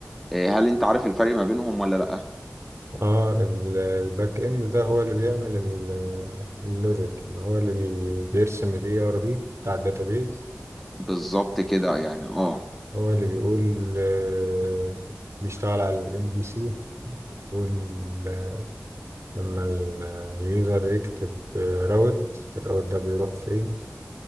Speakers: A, in the centre; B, on the right.
A: آه، هل انت عارف الفرق ما بينهم ولا لا
B: اه ال- الباك اند ده هو اللي بيعمل ال- اللوجيك يعني هو اللي بي- بيرسم الاي ار دي بتاع الداتابيز
A: بالظبط كده يعني اه
B: هو اللي بيقول آه، بيشتغل على الام بي سي بيقول آه، لما اليوزر يكتب راوت الراوت ده بيروح فين